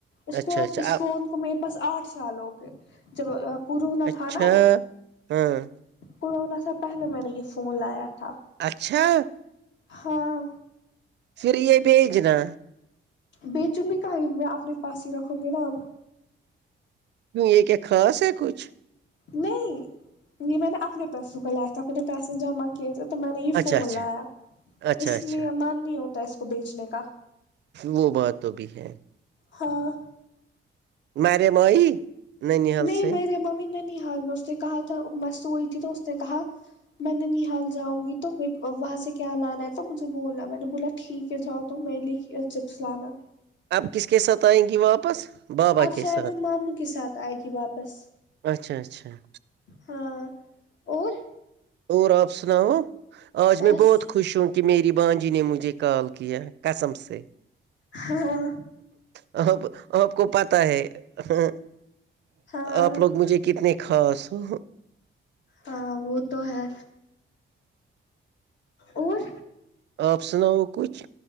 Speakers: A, on the left; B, on the right.
A: اس
B: اچھا
A: کو آج
B: اچھا
A: اس
B: آپ
A: فون کو م بس آٹھ سال ہو گئے جب کورونا
B: اچھا
A: تھا نا
B: ہاں
A: کونا سے پہلے میں نے یہ فون لایا تھا
B: اچھا
A: ہاں
B: پھر یہ بھیجنا
A: بیچوں گی کہیں میں اپنے پاس ہی رکھوں گی نا اب
B: کیوں یہ کہ خاص ہے کچھ
A: نہیں یہ میں نے اپنے پسوں کا لا تھا اپنے پیسے جمع کیے تو تو میں نے یہ
B: اچھا
A: فون
B: اچھا
A: لایا
B: اچھا
A: اس
B: اچھا
A: لیے من نہیں ہوتا اس کو بیچنے کا
B: وہ بات تو بھی ہے
A: ہاں
B: میرم آئی ننحال
A: نہیں
B: سے
A: میری ممی نے نہیں ہار میں اس سے کہا تھا مست ہوئی تھی تو اس نے کہا <unintelligible> میں ننیحال جاؤں گی تو وہاں سے کیا لانا ہے تو مجھے بولا میں نے بولا ٹھیک کے جاؤ تووں می لی چپس لانا
B: آپ کس کے ساتھ آئیں گی واپس بابا
A: آپ شاید
B: کے ساتھ
A: ان ماموں کے ساتھ آئے گی واپس
B: اچھا اچھا
A: ہاں اور
B: اور آپ سناؤ آج
A: بس
B: میں بہت خوش ہوں کہ میری بانجی نے مجھے کال کیا قسم سے
A: ہاں
B: ہ آ آپ کو پتا ہے ہ
A: ہاں
B: آپ لوگ مجھے کتنے خاص <unintelligible>
A: ہاں وہ تو ہے اور
B: آپ سناؤ کچھ